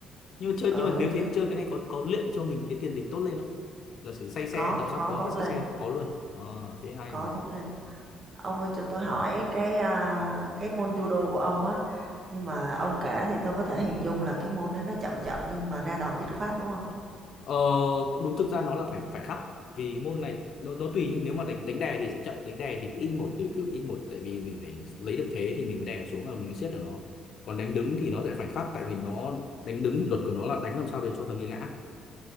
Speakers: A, on the left (about 50°); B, on the right (about 35°).
A: nhưng mà chơi
B: Ừ,
A: nhưng mà nếu thế
B: t
A: thì chơi cái này có có luyện cho mình cái tiền đình tốt lên không giả sử say xe
B: có,
A: tập xong
B: có
A: có
B: tốt
A: hết say
B: lên,
A: xe có luôn ờ thế hay
B: có
A: mà
B: tốt lên. Ông ơi cho tôi hỏi cái à, cái môn judo của ông á, nhưng mà ông kể thì tôi có thể hình dung là cái môn đấy nó chậm chậm nhưng mà ra đòn dứt khoát đúng không?
A: ờ cũng đúng thực ra nó là phải phải khắc vì môn này nó nó tùy nhá nếu mà đánh đánh đè thì sẽ chậm đánh đè thì ít một từ từ ít một tại vì mình phải lấy được thế thì mình mới đè nó xuống và mình siết được nó còn đánh đứng thì nó sẽ phải khắc tại vì nó đánh đứng thì luật của nó là đánh làm sao để cho thằng kia ngã